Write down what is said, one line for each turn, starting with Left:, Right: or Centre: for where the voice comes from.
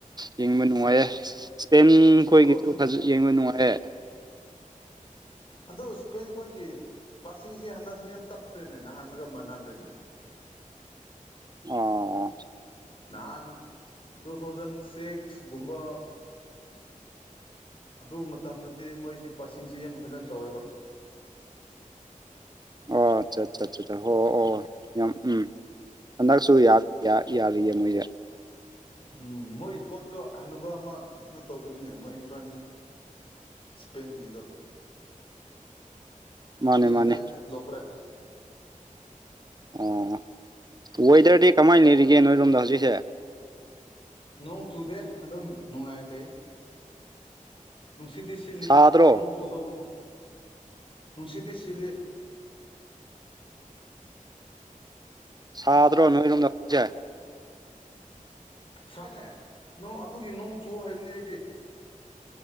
Right: ꯌꯦꯡꯕ ꯅꯨꯡꯉꯥꯏꯌꯦ ꯏꯁꯄꯑꯣꯟ ꯈꯣꯏꯒꯤꯁꯨ
Left: ꯀ꯭ꯔꯣ
Right: ꯌꯦꯡꯕ ꯅꯨꯡꯉꯥꯏꯌꯦ
Left: ꯑꯗꯨ ꯏꯁꯄꯦꯟ ꯈꯣꯏꯒꯤ ꯄꯥꯁꯤꯡꯁꯤ ꯍꯟꯗꯛꯁꯤ ꯌꯥꯝ ꯇꯞꯈ꯭ꯔꯦꯅꯦ ꯅꯍꯥꯟꯒ ꯃꯥꯟꯅꯗ꯭ꯔꯦꯅꯦ
Right: ꯑꯣ
Left: ꯅꯍꯥꯟ ꯇꯨꯊꯥꯎꯖꯟꯁꯤꯛ ꯒꯨꯝꯕ ꯑꯗꯨ ꯃꯇꯝꯗꯗꯤ ꯃꯣꯏꯁꯤ ꯄꯥꯁꯤꯡꯁꯤ ꯌꯥꯝ ꯐꯖꯅ ꯇꯧꯋꯦꯕ
Right: ꯑꯣ ꯑꯆꯥ ꯑꯆꯥ ꯍꯣꯏ ꯑꯣ ꯌꯥꯝ ꯎꯝ ꯍꯟꯗꯛ ꯨ ꯌꯥꯔꯤꯌꯦ ꯃꯣꯏꯁꯦ <unintelligible>
Left: ꯎꯝ ꯃꯣꯏꯒꯤ ꯀꯣꯆꯇꯨ ꯍꯥꯅꯨꯕ ꯑꯃꯅ ꯇꯧꯕꯅꯤꯅꯦ ꯃꯣꯏ ꯐ꯭ꯔ ꯏꯁꯄꯦꯟꯒꯤꯗꯣ
Right: ꯃꯥꯅꯦ
Left: ꯃꯁꯤꯁꯤ ꯔꯤꯇꯥꯥꯌꯔ
Right: ꯃꯥꯅꯦ
Left: ꯂꯧꯈꯔ꯭ꯦ
Right: ꯑꯣ ꯋꯦꯊꯔ ꯀꯃꯥꯏꯅ ꯂꯩꯔꯤꯒꯦ ꯅꯣꯏꯔꯣꯝꯗ ꯍꯧꯖꯤꯛꯁꯦ
Left: ꯅꯣꯡ ꯆꯨꯗꯦ ꯑꯗꯨꯝ ꯅꯨꯡꯉꯥꯏ ꯂꯩ ꯅꯨꯡꯁꯤꯗꯤ ꯁꯤꯠꯂꯤ
Right: ꯁꯥꯗ꯭ꯔꯣ
Left: ꯅꯣꯡ ꯆꯨꯗꯎ ꯅꯨꯡꯁꯤꯗꯤ ꯁꯤꯂ
Right: ꯁꯥꯠꯔꯣ ꯅꯣꯏꯔꯣꯝ ꯍꯥꯑꯣꯀꯤꯛ ꯁꯦ
Left: ꯁꯥꯏꯅꯦ ꯅꯣꯡ ꯑꯗꯨꯒꯤ ꯅꯣꯡ ꯆꯨ ꯍꯥꯏꯕꯅꯦ ꯑꯩꯗꯤ